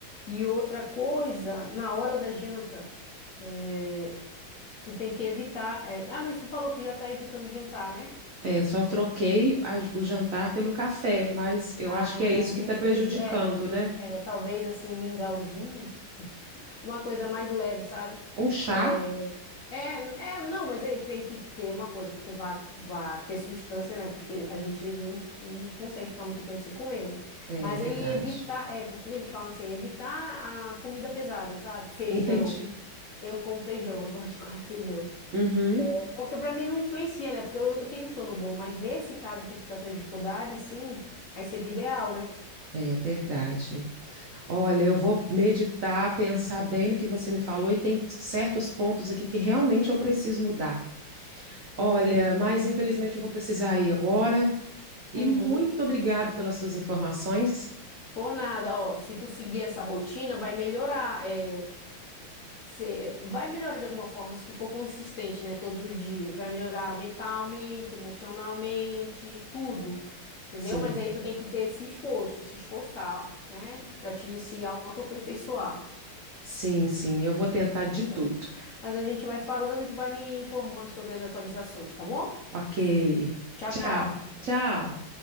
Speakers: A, on the left; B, on the right.
A: E outra coisa, na hora da janta, eh, tu tem que evitar. eh, ah, mas tu falou que já tá evitando jantar, né?
B: É, só troquei a- o jantar pelo café, mas eu
A: Ah,
B: acho que
A: então
B: é isso que
A: não
B: está
A: sei
B: prejudicando,
A: se é,
B: né?
A: é talvez assim um mingauzinho. uma coisa mais leve, sabe?
B: Um chá?
A: É, é, é, não, mas aí tem que ter uma coisa que tu vá, vá ter substância, né? Porque a gente não, não consegue ficar muito tempo sem comer, né?
B: É
A: Mas
B: verdade.
A: aí evitar, é, porque eles falam assim, evitar a comida pesada, sabe? Feijão.
B: Entendi.
A: Eu como feijão, <laughs> eu gosto de comer feijão.
B: Uhum.
A: Porque pra mim não influencia, né? Porque eu, eu tenho um sono bom, mas nesse caso que tu tá tendo dificuldade, sim, aí seria ideal, né?
B: É verdade. Olha, eu vou meditar, pensar bem no que você me falou e tem certos pontos aqui que realmente eu preciso mudar. Olha,
A: É.
B: mas infelizmente eu vou precisar ir agora. E
A: Uhum.
B: muito obrigado pelas suas informações.
A: Por nada, ó. Se tu seguir essa rotina, vai melhorar. é, Você vai melhorar de alguma forma se tu for consistente, né? Todos os dias. Vai melhorar mentalmente, emocionalmente, tudo. Entendeu?
B: Sim.
A: Mas aí tu tem que ter esse esforço, se esforçar, né? Pra te se autoaperfeiçoar,
B: Sim, sim, eu vou tentar de
A: tá certo?
B: tudo.
A: Mas a gente vai falando e tu vai me informando sobre as atualizações, tá bom?
B: Ok.
A: Tchau,
B: Tchau,
A: tchau.
B: tchau.